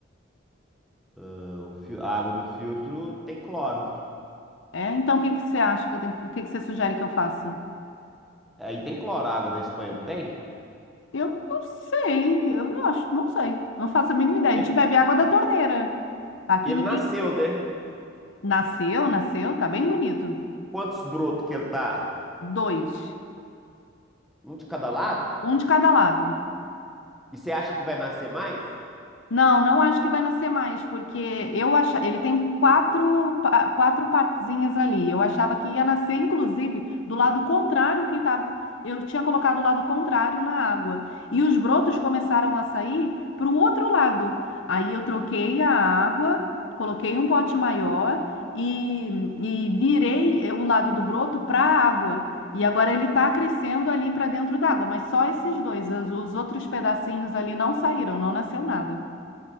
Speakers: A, in the centre; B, on the left.
A: Ah, o fio- A água do filtro tem cloro.
B: É, então o que que você acha que eu tenho, o que que você sugere que eu faça?
A: Aí tem cloro, a água da Espanha, não tem?
B: Eu não sei, eu não acho, não sei, não faço a mínima ideia. A
A: Ele,
B: gente bebe água da torneira. Aqui
A: ele
B: ninguém
A: nasceu, né?
B: nasceu, nasceu, tá bem bonito.
A: Quantos brotos que ele tá?
B: Dois,
A: Um de cada lado?
B: um de cada lado.
A: E você acha que vai nascer mais?
B: Não, não acho que vai nascer mais, porque eu acha... ele tem quatro, pa- quatro partezinhas ali. Eu achava que ia nascer, inclusive, do lado contrário que estava. Eu tinha colocado o lado contrário na água. E os brotos começaram a sair para o outro lado. Aí eu troquei a água, coloquei um pote maior e, e virei o lado do broto para a água. E agora ele está crescendo ali para dentro d'água, mas só esses dois. Os os outros pedacinhos ali não saíram, não nasceu nada.